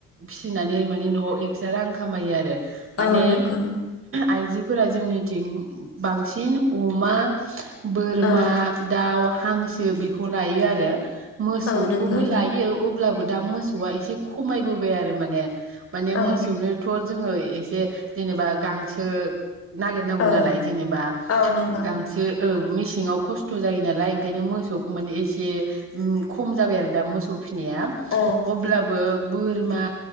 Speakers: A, on the right; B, on the left.
A: फिसिनानै माने नआव एकस्रा रां खामायो आरो माने
B: औ नंगौ
A: आइजोफोरा जोंनिथिं बांसिन अमा बोरमा
B: औ
A: दाउ हांसो बेखौ लायो आरो मोसौखौबो
B: औ नंगौ
A: लायो अब्ला बो दा मोसौआ एसे खमायबोबाय आरो माने माने
B: औ
A: मोसौनोथ जोङो एसे <unintelligible> जेनेबा गांसो नागिर नांगौ
B: औ
A: नालाय जेनेबा
B: औ नंगौ
A: गांसो औ मेसेंआव खस्थ स्थ' जायो नालाय ओंखायनो मोसौखौ माने एसे उम खम जाबाय आरो दा मोसौ फिनाया।
B: औ
A: अब्लाबो बोरमा,